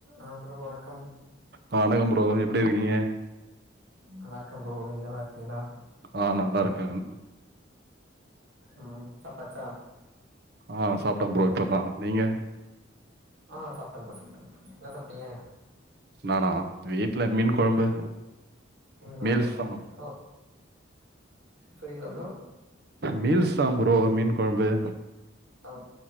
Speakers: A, on the right; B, on the right.
A: ஆ ப்ரோ வணக்கம்
B: வணக்கோ ப்ரோ எப்டி இருக்கீங்க
A: நல்லா இருக்க ப்ரோ நீங்க நல்லா இருக்கீங்ளா
B: ஆ நல்லா இருக்கேன்
A: ம் சாப்டாச்சா
B: ஆ சாப்ட்டே ப்ரோ இப்பதா நீங்க
A: ஆ சாப்டே ப்ரோ சாப்டே ப்ரோ என்னா சாப்ட்டீங்க
B: நானா வீட்ல மீன் கொழம்பு
A: மீன் கொழம்பா
B: மீல்ஸ் தா
A: ஓ புரியில ப்ரோ
B: மீல்ஸ் தா ப்ரோ மீன் கொழம்பு
A: ஓ